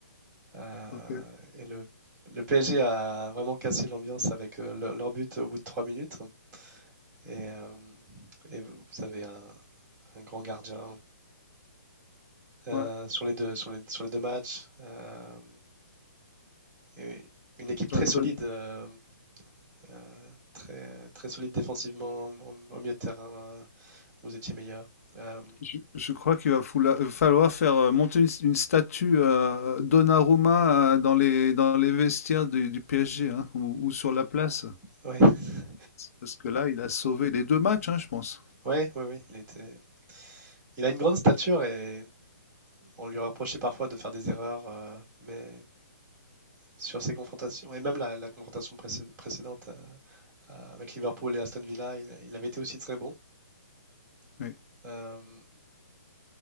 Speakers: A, on the right (about 20°); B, on the left (about 55°).
A: euh,
B: Ok.
A: et le, le PSG a vraiment cassé l'ambiance avec euh, le- leur but au bout de trois minutes. Et, euh, et vous vous avez un, un grand gardien euh,
B: Ouais.
A: sur les deux, sur les, sur les deux matchs. euh, et une équipe
B: ton-
A: très solide, euh, euh, très, très solide défensivement. Au, au milieu de terrain, vous étiez meilleur. Euh,
B: Je je crois qu'il va foula- heu, falloir faire, heu, monter une s une statue, heu, Donnarumma, heu, dans les dans les vestiaires du du PSG, hein, ou ou sur la place.
A: Ouais, <laughs>
B: Parce que là, il a sauvé les deux matchs, hein, je pense.
A: ouais, ouais, ouais, il était... Il a une grande stature et on lui reprochait parfois de faire des erreurs, euh, mais sur ses confrontations, et même la, la confrontation précé- précédente euh, euh, avec Liverpool et Aston Villa, il, il avait été aussi très bon.
B: Oui.
A: Euh,